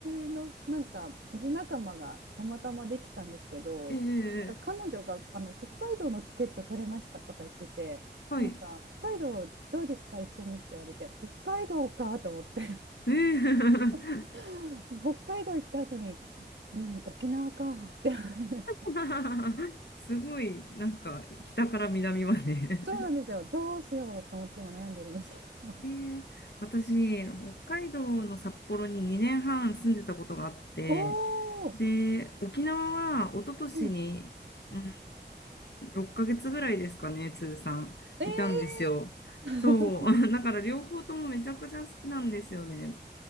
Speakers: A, on the right; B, on the left.
A: しのなんか推し仲間がたまたまできたんですけどなんか彼女があの北海道のチケット取れましたとか言っててなんか北海道どうですか一緒にって言われて北海道かと思って
B: えええはい。ええ
A: <laughs> 北海道行った後に、うん、沖縄かって思いました
B: <laughs> すごい、なんか、北から南まで
A: そうなんですよどうしようと思って今悩んでるんですけど
B: えー私、北海道の札幌に2年半住んでたことがあって、
A: おおー、
B: で、沖縄は一昨年に、
A: うん、
B: うん、6ヶ月ぐらいですかね、通算、
A: え
B: いたんですよ。
A: ー
B: そう、<laughs> だから両方ともめちゃくちゃ好きなんですよね。